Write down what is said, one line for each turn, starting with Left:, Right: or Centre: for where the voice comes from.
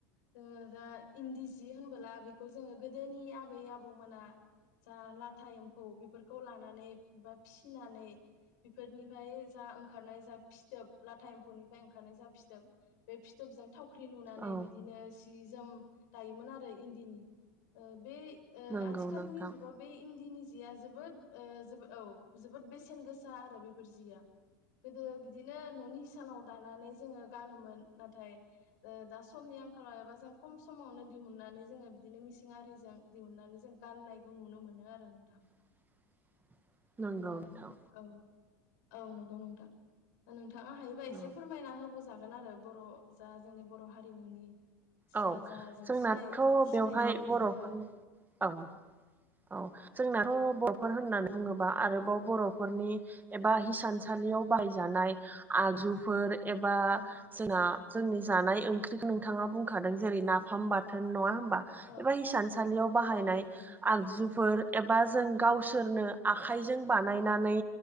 Left: जोङो दा इन्दि सि होनबोला बेखौ जोङो गोदोनि आबै आबौमोना जा लाथा एम्फौ बेफोरखौ लानानै बा फिसिनानै बिफोरनिफ्राय जा ओंखारनाय जा फिथोब लाथा एम्फौनिफ्राय ओंखारनाय जा फिथोब बे फिथोबजों थावख्रि लुनानै
Right: औ
Left: बिदिनो जि-जोम दायोमोन आरो इन्दिनि। ओ, बे ओ,
Right: नंगौ
Left: आथिखालनि
Right: नोंथां
Left: जुगाव बे इन्दिनि जिया जोबोद ओ, औ, औ जोबोद बेसेन गोसा आरो बेफोर जिया गोदो बिदिनो न'नि इसानाव दानानै जोङो गानोमोन नाथाय ओ, दा समनि आंखालाव एबा जों खम समावनो दिहुननानै जोङो बिदिनो मिसिं आरिजों दिहुननानै जों गान्नायखौ नुनो मोनो आरो नोंथां
Right: <inaudible> <unintelligible> नंगौ
Left: आरो
Right: नोंथां
Left: औ औ नंगौ नोंथां नोंथाङा हायोबा एसे
Right: औ
Left: फोरमायना होबावजागोन आरो बर' जा जोंनि बर' हारिमुनि जा
Right: औ
Left: जा जों
Right: जोंनाथ'
Left: सिनाय सिनायजायो
Right: बेवहाय बर'फोरनि
Left: जोङो औ
Right: औ औ जोंनाथ' बर'फोर होननानै बुङोबा आरोबाव बर'फोरनि एबा हिसानसालियाव बाहायजानाय आगजुफोर एबा
Left: औ
Right: जोंना जोंनि जानाय ओंख्रिखौ नोंथाङा बुंखादों जेरै नाफाम बाथोन नङा होन
Left: औ
Right: एबा हिसानसालियाव बाहायनाय
Left: औ औ थारैनो
Right: आगजुफोर एबा जों गावसोरनो आखाइजों बानायनानै